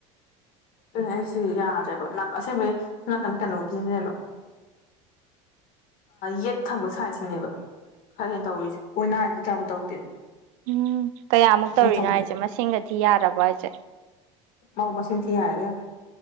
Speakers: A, on the left; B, on the right.
A: ꯑꯗꯨ ꯑꯩꯁꯤ ꯌꯥꯗ꯭ꯔꯦꯕ ꯑꯁꯦꯡꯕꯒꯤ ꯅꯥꯀꯟ ꯀꯩꯅꯣꯁꯤꯅꯦꯕ ꯌꯦꯠ ꯊꯪꯕ ꯁꯥꯏꯠꯁꯤꯅꯦꯕ ꯈꯔ ꯍꯦꯟꯅ ꯇꯧꯔꯤꯁꯦ ꯑꯣꯏꯅꯥꯁꯤ ꯀꯌꯥꯕꯨ ꯇꯧꯗꯦꯕ
B: ꯎꯝ ꯀꯌꯥꯃꯨꯛ ꯇꯧꯔꯤꯅꯣ
A: ꯌꯦꯠ ꯊꯪꯕꯗꯤ
B: ꯍꯥꯏꯁꯦ ꯃꯁꯤꯡꯒ ꯊꯤ ꯌꯥꯔꯕꯣ ꯍꯥꯏꯁꯦ
A: ꯑꯧ ꯃꯁꯤꯡ ꯊꯤ ꯌꯥꯔꯦ